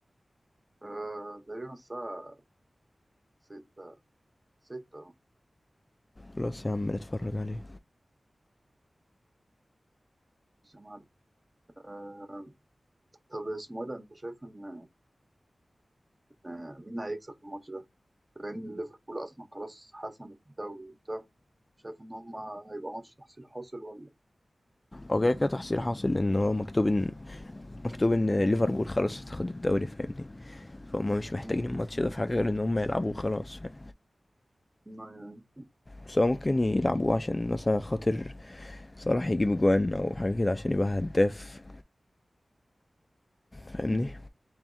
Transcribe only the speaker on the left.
خلاص يا عم نتفرج عليه
هو كده كده تحصيل حاصل لان هو مكتوب ان مكتوب ان ليفربول خلاص هتاخد الدوري فاهمني فهم مش محتاجين
الماتش ده في حاجه غير ان هم يلعبوه خلاص فاهم
بس هو ممكن يلعبوه عشان مثلا خاطر صلاح يجيب اجوان او حاجه كده عشان يبقى هداف فاهمني